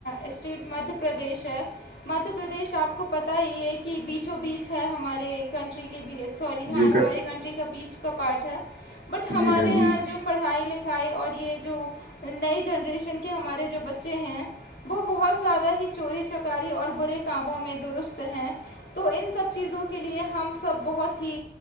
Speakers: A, on the left; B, on the right.
A: اسٹیٹ مدھیہ پردیش ہے مدھیہ پردیش آپ کو پتا ہی یہ کہ بیچو بیچ ہے ہمارے کنٹری بی سوری ہاں
B: جی کا
A: ہماری کنٹری کا بیچ کا پارٹ ہے بٹ ہمارے
B: جی ہاں بیچ
A: یہاں جو پڑھائی لکھائی اور یہ جو نئی جنریشن کے ہمارے جو بچے ہیں وہ بہت زیادہ ہی چوری چکاری اور برے کاموں میں درست ہیں تو ان سب چیزوں کے لیے ہم سب بہت ہی